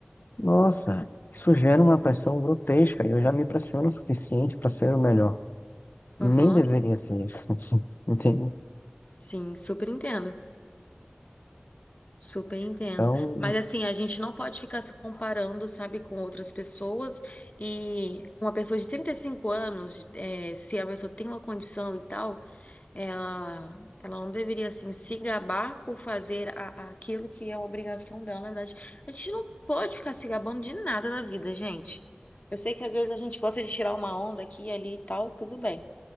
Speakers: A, on the left; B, on the left.
A: Nossa, isso gera uma pressão grotesca. e Eu já me pressiono o suficiente para ser o melhor. Nem
B: Aham.
A: deveria ser isso, <laughs> entende?
B: Sim, super entendo. Super entendo.
A: Então,
B: Mas assim, a gente não pode ficar se comparando, sabe, com outras pessoas. E uma pessoa de 35 anos, é, se a pessoa tem uma condição e tal, ela, ela não deveria, assim, se gabar por fazer a- a- aquilo que é uma obrigação dela, na verdade. A gente não pode ficar se gabando de nada na vida, gente. Eu sei que às vezes a gente gosta de tirar uma onda aqui e ali e tal, tudo bem.